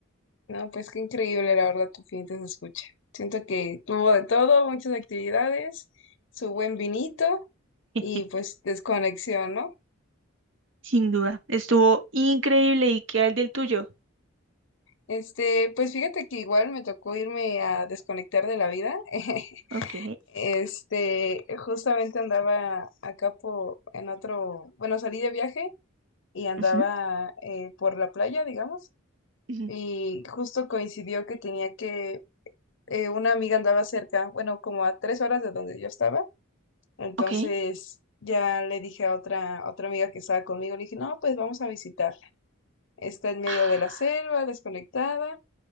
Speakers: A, on the left; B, on the right.
A: No, pues qué increíble, la verdad, tu fin se escucha. Siento que tuvo de todo, muchas actividades, su buen vinito
B: <laughs>
A: y pues desconexión, ¿no?
B: Sin duda, estuvo increíble y ¿qué el del tuyo.
A: Este, pues fíjate que igual me tocó irme a desconectar de la vida. <laughs>
B: Ok.
A: Este, justamente andaba acá por, en otro, bueno, salí de viaje y andaba
B: Ujú,
A: eh, por la playa, digamos,
B: ujú.
A: y justo coincidió que tenía que, eh, una amiga andaba cerca, bueno, como a tres horas de donde yo estaba, entonces
B: Ok.
A: ya le dije a otra, a otra amiga que estaba conmigo, le dije, no, pues vamos a visitarla, está en medio
B: <laughs>
A: de la selva, desconectada,